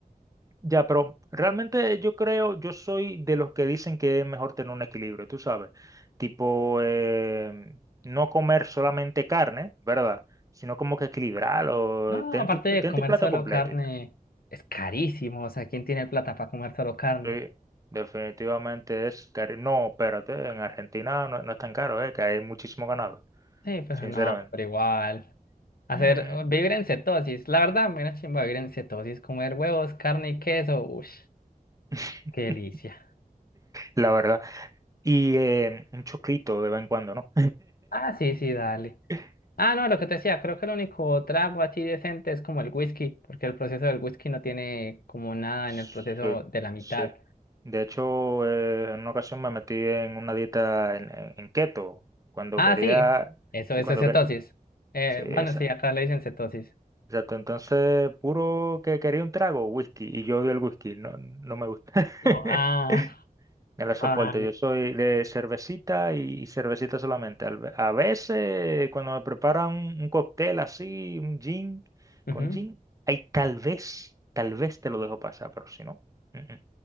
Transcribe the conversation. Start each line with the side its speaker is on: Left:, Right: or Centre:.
Right: Ya, pero realmente yo creo, yo soy de los que dicen que es mejor tener un equilibrio, tú sabes, tipo em, no comer solamente carne, ¿verdad? Sino como que equilibrarlo,
Left: No,
Right: ten
Left: aparte
Right: tu,
Left: de
Right: ten
Left: comer
Right: tu plato
Left: solo
Right: completo
Left: carne,
Right: y tal.
Left: es carísimo. O sea, ¿quién tiene plata para comer solo carne?
Right: Sí, definitivamente es caro. No, espérate, en Argentina no, no es tan caro, eh, que hay muchísimo ganado,
Left: Sí, pero
Right: sinceramente.
Left: no, pero igual. Hacer,
Right: Mm.
Left: vivir en cetosis. La verdad, me da chimba vivir en cetosis. Comer huevos, carne y queso. Uff,
Right: <laughs>
Left: qué delicia.
Right: La verdad. Y eh, un choclito de vez en cuando, ¿no?
Left: Ah, sí, sí, dale.
Right: <laughs>
Left: Ah, no, lo que te decía, creo que el único trago así decente es como el whisky, porque el proceso del whisky no tiene como nada
Right: Sí,
Left: en el proceso de la mitad.
Right: sí. De hecho, eh, en una ocasión me metí en una dieta en, en- en keto, cuando
Left: Ah,
Right: quería,
Left: sí, eso,
Right: sí,
Left: eso
Right: cuando
Left: es cetosis.
Right: quería,
Left: Eh,
Right: sí, esa-
Left: bueno, sí, acá le dicen cetosis.
Right: exacto. Entonces, puro que quería un trago, whisky, y yo odio el whisky, no, no me gusta. <laughs>
Left: No, ah, <laughs>
Right: No lo soporto,
Left: ah, vale.
Right: yo soy de cervecita y, y cervecita solamente. Al ve- A veces, cuando me preparan un, un cóctel así, un gin,
Left: Ujú,
Right: con gin, ahí tal vez, tal vez te lo dejo pasar, pero si no, mm, mm,